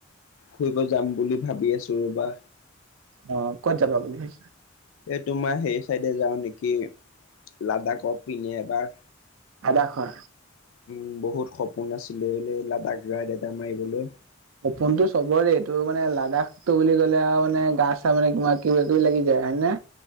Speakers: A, on the left; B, on the right.
A: ফুৰিব যাম বুলি ভাবি আছোঁ বা।
B: অঁ ক'ত যাবা বুলি ভাবিছ।
A: এই তোমাৰ সেই চাইডে যাওঁ নেকি, লাডাখ পিনে এবাৰ।
B: আদা খোৱা।
A: উম, বহুত সপোন আছিলে ব লাডাখ ৰাইড এটা মাৰিবলৈ।
B: সপোনটো চবৰে দেই এইটো মানে লাডাখটো বুলি ক'লে আৰু মানে গা চা মানে কিবা কিবা কিবি লাগি যায় হয় নে।